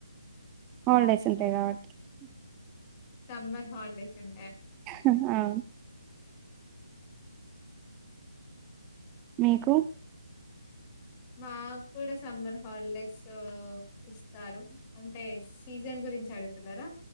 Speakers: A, on the right; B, on the left.
A: హాల్ డేస్ ఉంటయి కాబట్టి
B: సమ్మర్ హాల్డేస్ ఉం
A: అహ్ ఆ మీకు.
B: మా క్కూడా సమ్మర్ హాలిడేస్ ఇస్తారు. అంటెయ్ సీజన్ గురించి అడుగు. ఉన్నారా